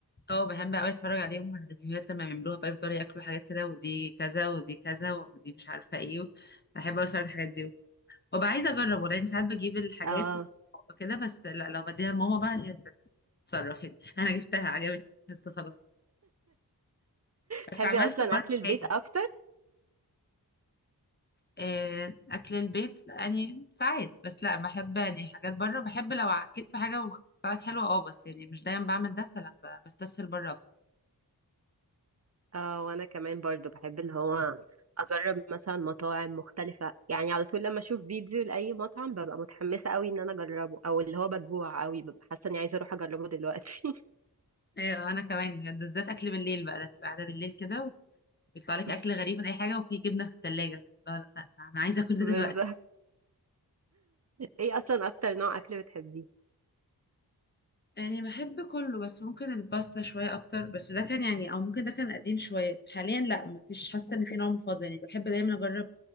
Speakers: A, on the left (about 25°); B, on the right (about 40°).
A: أه، بحب قوي اتفرج عليهم الريفيوهات لما بيعملوها بقى بيفضلوا ياكلوا حاجات كده ودي كذا ودي كذا ودي مش عارفه ايه بحب أوي اتفرج على الحاجات دي وابقى عايزه اجرب والله يعني ساعات بجيب الحاجات
B: اه
A: كده بس لا لو بديها لماما بقى هي تتصرف هنا <laughs> انا جبتها عجبتني بس خلاص بس
B: بتحبي
A: عملت
B: اصلا
A: مره
B: اكل البيت
A: حاجه
B: اكتر
A: آه، اكل البيت يعني ساعات بس لا بحب يعني حاجات بره بحب لو عكيت في حاجه طلعت حلوه اه بس يعني مش دايما بعمل ده فلا ب- بستسهل بره أكتر.
B: اه وانا كمان برضو بحب اللي هو اجرب مثلا مطاعم مختلفة يعني على طول لما اشوف فيديو لاي مطعم ببقى متحمسة قوي ان انا اجربه او اللي هو بجوع قوي ببقى حاسة اني عايزة اروح اجربه دلوقتي
A: ايوه انا كمان بجد بالذات اكل بالليل بقى ده تبقى قاعده بالليل كده ويطلع لك
B: <laughs>
A: اكل غريب من اي حاجه وفي جبنه في الثلاجه لا لا لا، انا عايزه اكل
B: بالظبط
A: ده دلوقتي
B: ايه اصلا اكتر نوع اكل بتحبيه
A: يعني بحب كله بس ممكن الباستا شوية أكتر بس ده كان يعني أو ممكن ده كان قديم شوية حاليا لأ مفيش حاسة إن في نوع مفضل يعني بحب دايما أجرب